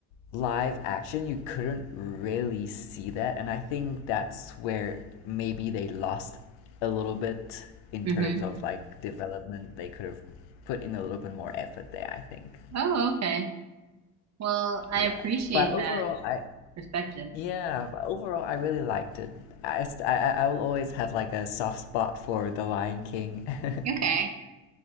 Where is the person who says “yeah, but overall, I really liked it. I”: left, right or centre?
Left